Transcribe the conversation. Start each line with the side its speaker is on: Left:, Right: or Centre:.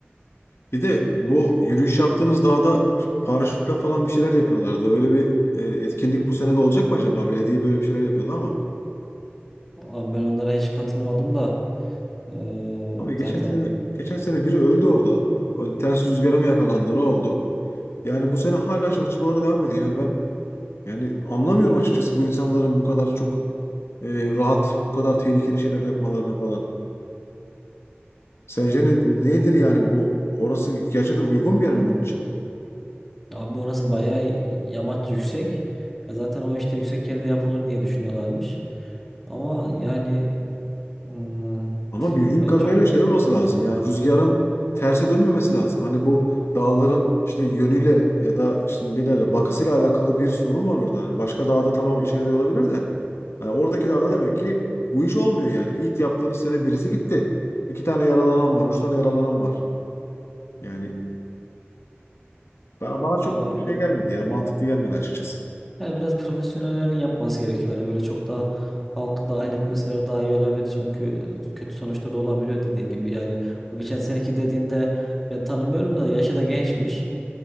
Left: bir de bu yürüyüş yaptığınız dağda paraşütle falan bir şeyler yapıyorlardı. Öyle bir e, etkinlik bu sene de olacak mı acaba? Belediye böyle bir şeyler yapıyordu ama.
Centre: Abi ben onlara hiç katılmadım da eee,
Left: Abi geçen
Centre: zaten
Left: sene geçen sene biri öldü orada. O ters rüzgara mı yakalandı ne oldu? Yani bu sene hala çalışmaları devam ediyor. Yani ben yani anlamıyorum açıkçası bu insanların bu kadar çok e, rahat, bu kadar tehlikeli şeyler yapmalarına falan. Sence ne- nedir yani bu? Orası gerçekten uygun bir yer mi bunun için?
Centre: Abi orası bayağı yamaç yüksek. Ya zaten o işte yüksek yerde yapılır diye düşünüyorlarmış. Ama yani Hmm,
Left: Ama bildiğim
Centre: yani
Left: kadarıyla
Centre: çok
Left: şey olması lazım. Yani rüzgarın terse dönmemesi lazım. Hani bu dağların işte yönüyle ya da işte nelerle bakısıyla alakalı bir sorun var orada. Hani başka dağda tamam işe yarıyor olabilir de. Yani oradaki dağda demek ki bu iş olmuyor yani. İlk yaptığınız sene birisi gitti. İki tane yaralanan var, üç tane yaralanan var. Yani bana, bana çok
Centre: ya e,
Left: şey gelmedi ya, mantıklı gelmedi açıkçası.
Centre: yani biraz profesyonellerin yapması gerekiyor. Yani böyle çok da halkı dahil etmeseler daha iyi olabilir. Çünkü kötü sonuçları olabiliyor dediğin gibi. Yani o geçen seneki dediğinde ben tanımıyorum da yaşı da gençmiş.